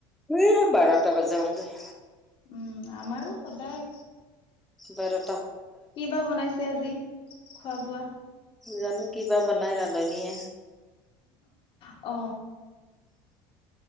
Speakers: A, in the centre; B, on the left.
A: উ বাৰটা বাজেই সদায়
B: উম আমাৰো সদায়
A: বাৰত
B: কি বা বনাইছে আজি খোৱা বোৱা?
A: জানো কিবা বনাই ৰান্ধনীয়ে
B: অ